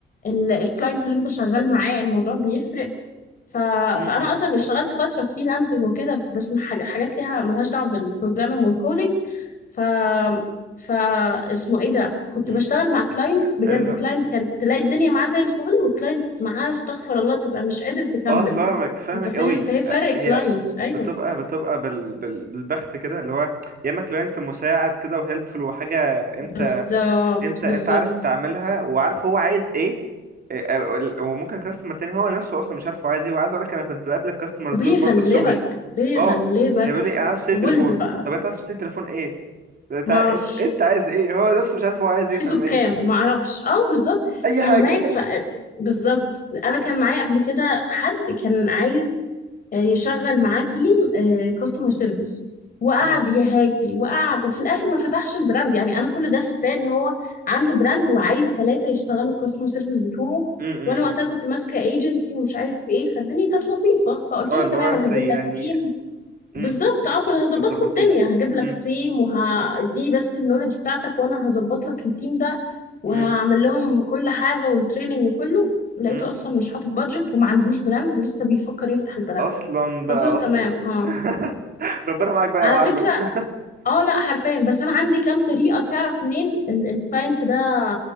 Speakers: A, on the left; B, on the right.
A: ال- الكلاينت اللي انت شغال معاه الموضوع بيفرق ف...
B: امم
A: فانا
B: امم
A: اصلا اشتغلت فتره فريلانسنج وكده بس من حاج- حاجات ليها ملهاش دعوه بالبروجرامينج والكودينج ف ف اسمه ايه ده كنت
B: إمم.
A: بشتغل مع كلاينتس بجد
B: ال...
A: كلاينت كان تلاقي الدنيا معاه زي الفل وكلاينت معاه استغفر الله تبقى مش قادر تكمل
B: اه فاهمك فاهمك
A: انت فاهم
B: قوي
A: فهي فرق
B: آه، هي
A: كلاينتس ايوه
B: بتبقى بتبقى بال... بال... بالبخت كده اللي هو يا اما كلاينت مساعد كده وهيلبفul وحاجه
A: بالظبط
B: انت انت
A: بالظبط
B: انت عارف تعملها وعارف هو عايز ايه إيه، ال- وممكن كاستمر تاني هو نفسه اصلا مش عارف هو عايز ايه وعايز اقول لك انا كنت بقابل الكاستمرز
A: وبيغلبك
B: دول برضه في شغلي
A: بيغلبك
B: اه هيقولوا لي انا عايز اشتري
A: غلب
B: تليفون
A: بقى
B: طب انت عايز تشتري تليفون ايه انت
A: معرفش
B: انت أنت عايز ايه هو نفسه مش عارف هو عايز
A: عايزه
B: ايه فاهماني
A: بكام معرفش اه بالظبط
B: اي
A: فهماك
B: حاجه
A: ف بالظبط انا كان معايا قبل كده حد كان عايز آه، يشغل معاه تيم كاستمر سيرفيس وقعد
B: <laughs> امم
A: يهاتي وقعد وفي الاخر ما فتحش البراند يعني انا كل ده فاكراه ان هو عنده براند وعايز ثلاثه يشتغلوا الكاستمر سيرفيس بتوعه
B: امم امم
A: وانا وقتها كنت ماسكه ايجنسي ومش عارف ايه فالدنيا كانت لطيفه فقلت
B: اه
A: له
B: اللي
A: تمام
B: هو
A: انا
B: انت
A: هجيب
B: يعني
A: لك تيم بالظبط
B: امم
A: اه كنت هظبط
B: هتظبطيه
A: له الدنيا هجيب لك
B: امم
A: تيم وهديني بس النولج بتاعتك وانا هظبط لك التيم ده وهعمل
B: امم
A: لهم كل حاجه والتريننج وكله لقيته
B: امم
A: اصلا مش حاطط بادجت وما عندوش براند لسه بيفكر يفتح البراند
B: اصلا بقى
A: قلت له تمام
B: اصلا
A: اه
B: <laughs> ربنا معاك بقى
A: على
B: يا معلم
A: فكره
B: <laughs>
A: اه لا حرفيا بس انا عندي كام طريقه تعرف منين الكلاينت ده